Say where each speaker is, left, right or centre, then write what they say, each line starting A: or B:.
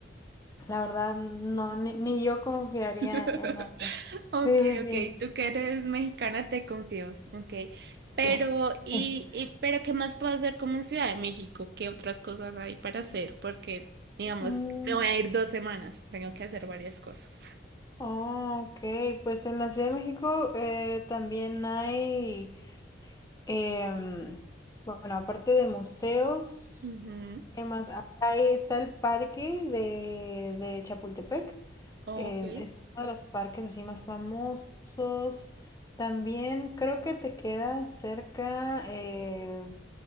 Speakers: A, on the left; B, on the right.
A: la verdad no, ni, ni yo confiaría
B: <laughs>
A: en, en eso.
B: Ok,
A: Sí,
B: ok,
A: sí,
B: tú que eres mexicana te confío. Ok,
A: sí.
B: pero y,
A: Sí. <laughs>
B: y pero ¿qué más puedo hacer como en Ciudad de México? ¿Qué otras cosas hay para hacer? Porque, digamos,
A: Mm,
B: me voy a ir dos semanas, tengo que hacer varias cosas.
A: oh, ok, pues en la Ciudad de México eh, también hay... Em, bueno, aparte de museos,
B: Ujú.
A: ¿qué más? Ah, Ahí está el parque de, de Chapultepec.
B: Ok,
A: em, es uno de los parques así más famosos. También creo que te queda cerca eh,